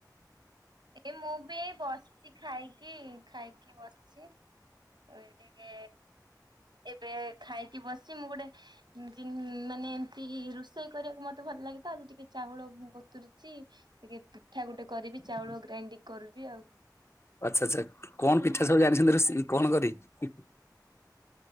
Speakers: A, on the right (about 85°); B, on the left (about 35°).
A: ଏଇ ମୁଁ ବି ଏଇ ବସଚି ଖାଇକି ଖାଇକି ବସଚି। ଏଇ ଟିକେ ଏବେ ଖାଇକି ବସିଚି। ମୁଁ ଗୋଟେ ଯିନ -- ଉ ମାନେ ଏମତି ରୋଷେଇ କରିବାକୁ ମତେ ଭଲ ଲାଗେ ତ ଟିକେ ଚାଉଳ ବତୁରିଚି। ଟିକେ ପିଠା ଗୋଟେ କରିବି ଚାଉଳ ଗ୍ରାଇଣ୍ଡିଙ୍ଗ କରିବି ଆଉ।
B: ଆଚ୍ଛା ଆଚ୍ଛା କଣ ପିଠା ସବୁ ଜାଣିଛନ୍ତି ରୋଷେ କଣ କରିବେ?